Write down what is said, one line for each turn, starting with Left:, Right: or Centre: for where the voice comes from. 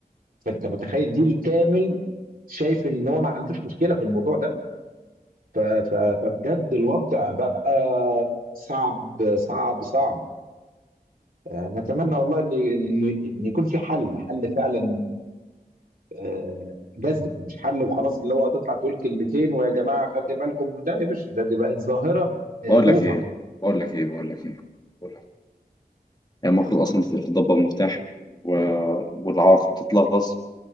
Right: فانت متخيل جيل كامل شايف ان هو ما عندوش مشكله في الموضوع ده ف- ف- فبجد الوضع بقى صعب صعب صعب آه، نتمنى والله ان ان إن يكون في حل حل فعلا آه، جذب مش حل وخلاص اللي هو هتطلع تقول كلمتين ويا جماعه خلي بالكم لا يا باشا ده دي بقت ظاهره آه،
Left: بقول
Right: اوفر
Left: لك ايه بقول لك ايه بقول لك ايه بقول لك إيه. يعني المفروض اصلا تتضبط مفتاح و... والعواقب تتلغص